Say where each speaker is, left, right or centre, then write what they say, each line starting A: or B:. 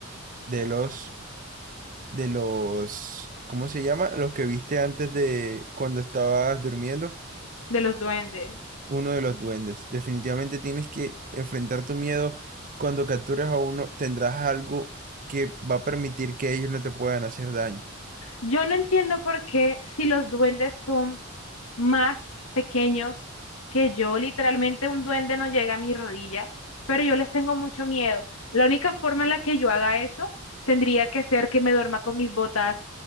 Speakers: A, on the right; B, on the left.
A: de los, de los, ¿cómo se llama? Los que viste antes de cuando estabas durmiendo,
B: De los duendes.
A: uno de los duendes. Definitivamente tienes que enfrentar tu miedo. Cuando captures a uno, tendrás algo que va a permitir que ellos no te puedan hacer daño.
B: Yo no entiendo por qué si los duendes son más pequeños que yo, literalmente un duende no llega a mi rodilla, pero yo les tengo mucho miedo. La única forma en la que yo haga eso tendría que ser que me duerma con mis botas